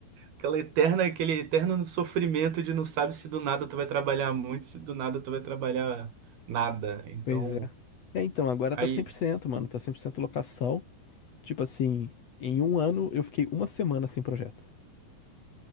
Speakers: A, on the right; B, on the left.
A: aquela eterna, aquele eterno sofrimento de não sabe se do nada tu vai trabalhar muito, se do nada tu vai trabalhar nada. Então
B: Pois é. É, então, agora
A: aí
B: tá cem por cento mano. Tá 100% locação. Tipo assim, em um ano eu fiquei uma semana sem projeto.